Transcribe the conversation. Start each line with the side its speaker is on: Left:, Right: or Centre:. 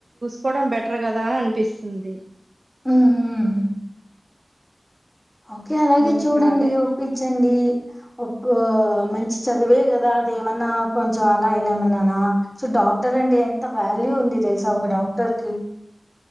Right: కోడం బెటర్ కదా అనిపిస్తుంది
Centre: హ్మ్ మ్మ్ ఓకే అలాగే
Right: ఇంకా
Centre: చూడండి
Right: అదే.
Centre: ఒప్పించండి ఒప్ మంచి చదివే కదా అదేమన్నా కొంచం అలా ఇలా ఏమన్నానా సో డాక్టర్ అంటే ఎంత వాల్యూ ఉంది తెలుసా ఒక డాక్టర్ కి